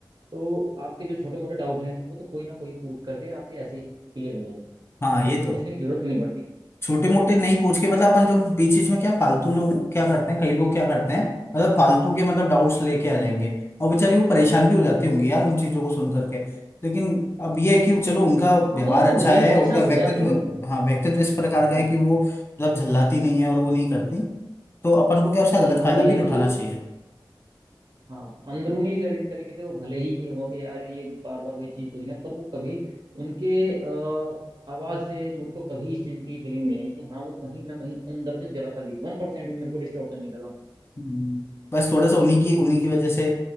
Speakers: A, on the right; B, on the left.
A: तो आपके जो छोटे मोटे डाउट हैं वो तो कोई ना कोई पूछ करके आपके ऐसे ही क्लियर हो जाएंगे
B: हाँ
A: तो
B: ये
A: वो
B: तो
A: पूछने
B: है
A: की जरूरत भी नहीं पड़ती
B: छोटे मोटे नहीं पूछ के मतलब अपन जो बीच बीच में क्या फालतू लोग क्या करते हैं कई लोग क्या करते हैं मतलब फालतू के मतलब डाउट्स लेके आ
A: हम्म
B: जाएंगे और बेचारी वो परेशान भी हो जाती होंगी यार उन चीजों को सुन करके लेकिन अब ये है कि वो चलो उनका व्यवहार
A: हाँ मतलब वो
B: अच्छा
A: भले
B: है
A: ही परेशान
B: उनका व्यक्तित्व
A: हो जाती हूँ
B: हाँ व्यक्तित्व इस प्रकार
A: हाँ
B: का है कि वो मतलब झल्लाती नहीं है और वो नहीं करती तो अपन को क्या उसका गलत
A: बात
B: फायदा
A: वही
B: भी
A: है
B: नहीं
A: मतलब
B: उठाना चाहिए
A: हाँ अंदरूनी तरी- तरीके से वो भले ही ये हो कि यार ये बार बार वही चीज पूछ रहे हैं पर वो कभी उनके आ, आवाज से मेरे को कभी इस चीज की फीलिंग नहीं आई कि हाँ वो कहीं ना कहीं अंदर से जरा सा भी वन परसेंट भी मेरे को डिस्टॉर्शन नहीं लगा उनका
B: हम्म, बस थोड़ा सा उन्हीं की उन्हीं की वजह से